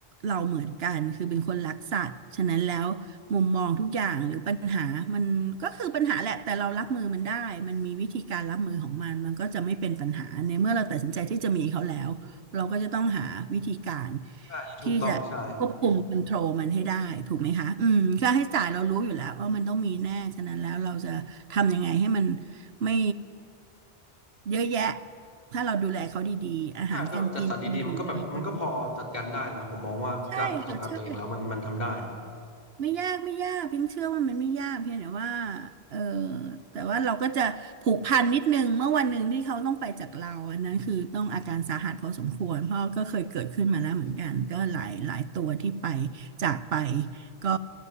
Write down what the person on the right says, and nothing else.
เราเหมือนกันคือเป็นคนรักสัตว์ฉะนั้นแล้วมุมมองทุกอย่างหรือปัญหามันก็คือปัญหาแหละแต่เรารับมือมันได้มันมีวิธีการรับมือของมันมันก็จะไม่เป็นปัญหาในเมื่อเราตัดสินใจที่จะมีเขาแล้วเราก็จะต้องหาวิธีการ
ที่จะควบคุมคอนโทรลมันให้ได้ถูกไหมคะอืมค่าใช้จ่ายเรารู้อยู่แล้วว่ามันต้องมีแน่ฉะนั้นแล้วเราจะทำยังไงให้มันไม่เยอะแยะถ้าเราดูแลเขาดีๆอาหารการกินหรืออะไรอื่น
ใช่ค่ะใช่ ไม่ยากไม่ยากพิงเชื่อว่ามันไม่ยากเพียงแต่ว่าเออแต่ว่าเราก็จะผูกพันนิดนึงเมื่อวันหนึ่งที่เขาต้องไปจากเราอันนั้นคือต้องอาการสาหัสพอสมควรเพราะก็เคยเกิดขึ้นมาแล้วเหมือนกันก็หลายหลายตัวที่ไปจากไปก็